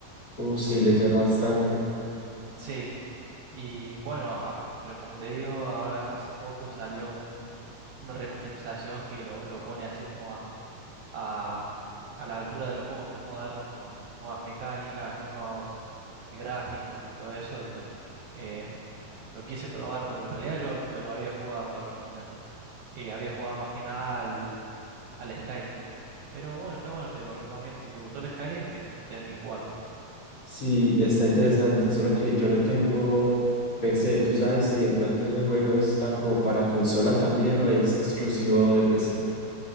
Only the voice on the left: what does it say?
Uf,
sí, le lleva bastante.
Sí, está interesante, solo que yo no tengo PC. ¿Tú sabes si de pronto ese juego está como para consola también o es exclusivo de PC?